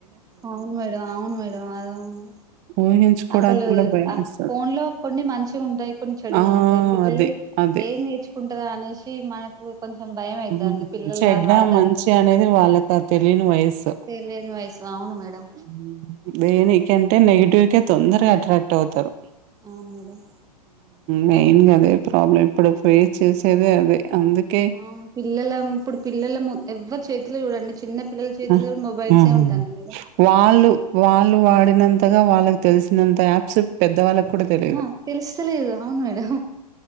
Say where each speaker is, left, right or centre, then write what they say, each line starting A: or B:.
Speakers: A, on the right; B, on the right.
A: అవును మేడం అవును మేడం అవును
B: ఊహించుకోవడానికి
A: అసలు
B: గూడా భయమేస్తది.
A: ఫోన్ లో కొన్ని మనిషి ఉంటాయి కొన్ని చెడువు
B: ఆ!
A: ఉంటాయి పిల్లలు
B: అదే. అదే.
A: ఏ నేర్చుకుంటదా అనేసీ చ్చి మనకు కొంచెం భయం అవుతుంది
B: హ్మ్.
A: పిల్లలు
B: చెడ్డ,
A: అది వాడుతా
B: మంచి
A: అంటే
B: అనేది వాళ్ళకా తెలియని వయస్సు.
A: తెలియని వయసు అవును మేడం
B: హ్మ్. దేనికంటే నెగిటివ్కే తొందరగా అట్రాక్ట్ అవుతారు
A: అవును మేడం
B: మెయిన్ గా అదే ప్రాబ్లం ఇప్పుడు ఫేస్ చేసేదే అదే అందుకే
A: అవును పిల్లల ఇప్పుడు పిల్లల ఏమో ఎవ్వరి చేతిలో చూడండి చిన్న పిల్లల చేతిలో
B: ఆహాహ
A: కూడా మొబైల్సే ఉంటాన్నాయి మేడం
B: వాళ్ళు వాళ్ళు వాడినంత అంతగా వాళ్ళకి తెలిసినంత యాప్స్ పెద్దవాళ్ళ కూడా తెలియదు
A: ఆహా తెలుస్తలేదు అవును మేడం